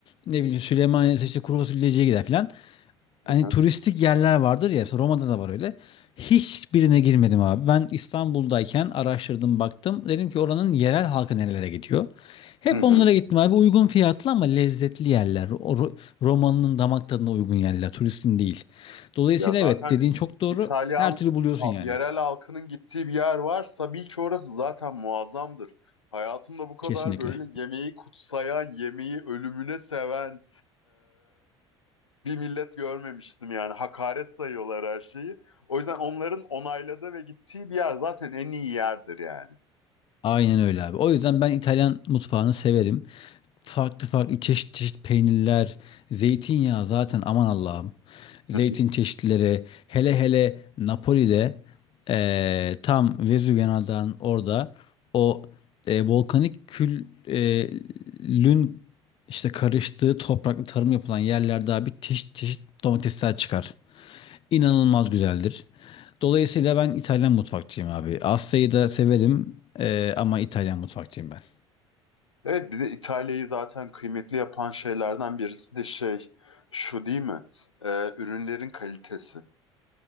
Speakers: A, on the left; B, on the left.
A: Ne bileyim Süleymaniye'de işte kuru fasulyeciye gider filan hani
B: Hı hı.
A: turistik yerler vardır ya işte Roma'da da var öyle. Hiçbirine girmedim abi. Ben İstanbul'dayken araştırdım baktım. Dedim ki oranın yerel halkı nerelere gidiyor. Hep
B: Hı hı.
A: onlara gittim abi. Uygun fiyatlı ama lezzetli yerler. O Ro- Romalının damak tadına uygun yerler. Turistin değil. Dolayısıyla
B: Ya zaten
A: evet dediğin çok doğru.
B: İtalyan
A: Her türlü buluyorsun
B: ha-
A: yani.
B: yerel halkının gittiği bir yer varsa bil ki orası zaten muazzamdır. Hayatımda bu kadar
A: Kesinlikle.
B: böyle yemeği kutsayan, yemeği ölümüne seven, bir millet görmemiştim yani. Hakaret sayıyorlar her şeyi. O yüzden onların onayladığı ve gittiği bir yer zaten en iyi yerdir yani.
A: Aynen öyle abi. O yüzden ben İtalyan mutfağını severim. Farklı farklı çeşit çeşit peynirler, zeytinyağı zaten aman Allah'ım. Zeytin
B: <laughs>
A: çeşitleri hele hele Napoli'de eee, tam Vezüv yanağından orada o eee, volkanik küllün işte karıştığı topraklı tarım yapılan yerlerde abi çeşit çeşit domatesler çıkar inanılmaz güzeldir. Dolayısıyla ben İtalyan mutfakçıyım abi. Asya'yı da severim e, ama İtalyan mutfakçıyım ben.
B: Evet bir de İtalya'yı zaten kıymetli yapan şeylerden birisi de şey şu değil mi? Ee, ürünlerin kalitesi.